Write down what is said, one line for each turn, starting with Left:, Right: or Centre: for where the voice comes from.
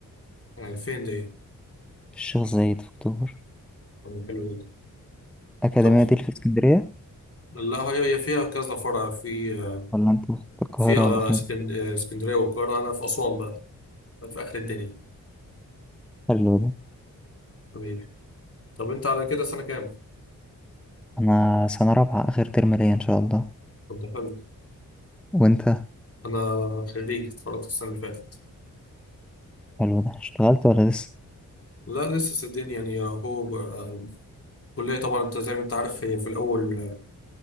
Left: آه، فين دي
Centre: في الشيخ زايد في اكتوبر
Left: طب حلو جدا
Centre: اكاديمية
Left: طب
Centre: دي اللي في اسكندرية
Left: لا هي هي فيها كذا فرع في آه،
Centre: ولا انت في القاهرة
Left: في آه،
Centre: ولا فين
Left: اسكن- آه، اسكندريه والقاهره انا في اسوان بقى في اخر الدنيا
Centre: حلو ده
Left: حبيبي طب انت على كده سنه كام
Centre: انا سنة رابعة اخر ترم ليا ان شاء الله
Left: طب ده حلو
Centre: وانت
Left: انا خريج اتخرجت السنه اللي فاتت
Centre: حلو ده اشتغلت ولا لسه
Left: لا لسه صدقني يعني هو آه، الكلية طبعا انت زي ما انت عارف هي في الأول آه،